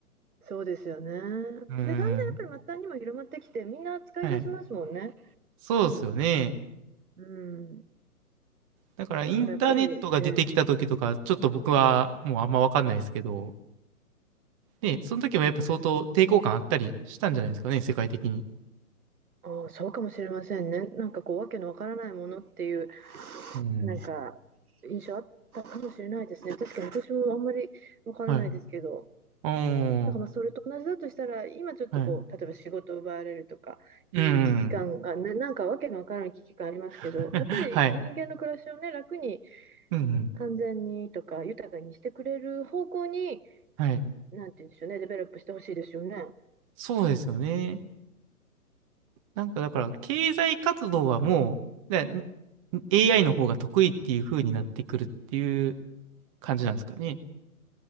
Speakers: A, on the right; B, on the right.
A: そうですよね。で、だんだんやっぱり末端にも広まってきて、
B: うん。
A: みんな使い出しますもんね。
B: はい。そうですよね。
A: うん。
B: だからインターネットが出てきた時とか、
A: だからやっぱり、えー
B: ちょっと僕はもうあんまわかんないですけど、ね、その時もやっぱ相当抵抗感あったりしたんじゃないですかね、世界的に。
A: あーそうかもしれませんね。なんかこう、わけのわからないものっていう
B: うん。
A: なんか、印象あったかもしれないですね。確かに私もあんまりわからないですけど、
B: はい。お
A: なんかまあそれと同じだとしたら、
B: ー、
A: 今ちょっとこう、
B: はい。
A: 例えば仕事を奪われるとかいう危機感が、
B: うん。
A: な、なんかわけのわからない危機感ありますけど、
B: <laughs>
A: やっぱり人間の暮らしをね、
B: はい。
A: 楽に
B: うんうん。
A: 安全にとか豊かにしてくれる方向に、
B: はい。
A: なんて言うんでしょうね、デベロップしてほしいですよね。
B: そうですよね。なんかだから、経済活動はもう、だ AI の方が得意っていう風になってくるっていう感じなんですかね。